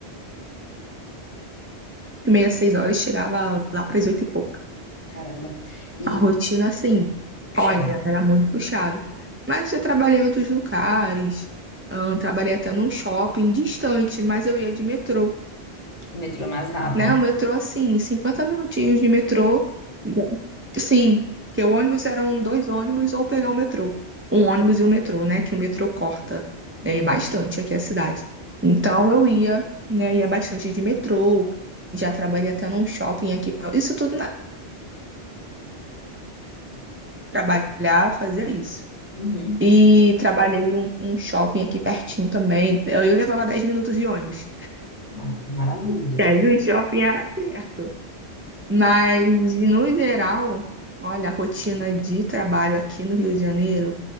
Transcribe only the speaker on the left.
caramba. E,
puxa,
o metrô é mais rápido.
Uhum.
Uhum.
Ah, Maravilhoso.
isso.